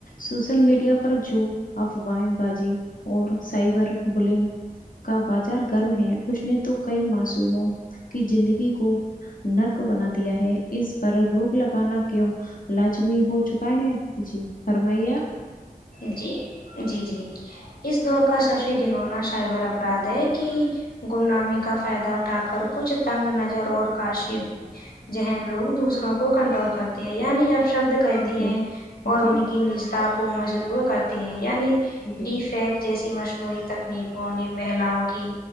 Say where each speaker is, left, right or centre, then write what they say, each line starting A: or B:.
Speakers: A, on the left; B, on the left.
A: سوشل میڈیا پر جو افواہیں باجی اور سائبر بلنگ کا بازار گرم ہے اس نے تو کئی معصوموں کی زندگی کو نرک بنا دیا ہے اس پر روک لگانا کیوں لازمی ہو چکا ہے جی فرمائیے آپ
B: جی جی جی اس دور کا سب سے گنونا شائور اپراد ہے کہ گمنامی کا فائدہ اٹھا کر کچھ تنگ نظر اور کاشی جہن لوگ دوسروں کو کنٹرول کرتے ہیں یعنی آپش شبد کہتی
A: آپ
B: ہیں
A: جی جی
B: اور ان کی نجتا کو مجرور کرتی ہیں یعنی
A: جی
B: ڈی فیک جیسی مصنوعی تکنیکوں نے مہیلاؤں کی